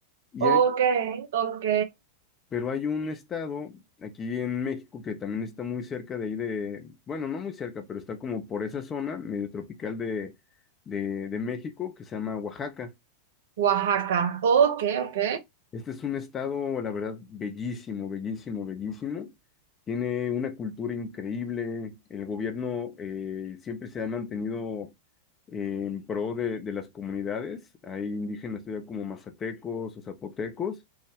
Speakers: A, on the left; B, on the right.
A: Y hay,
B: Ok, ok.
A: pero hay un estado aquí en México que también está muy cerca de ahí de, bueno, no muy cerca, pero está como por esa zona medio tropical de, de, de México que se llama Oaxaca.
B: Oaxaca. Ok, ok.
A: Este es un estado, la verdad, bellísimo, bellísimo, bellísimo. Tiene una cultura increíble. El gobierno eh, siempre se ha mantenido en pro de, de las comunidades. Hay indígenas todavía como mazatecos o zapotecos.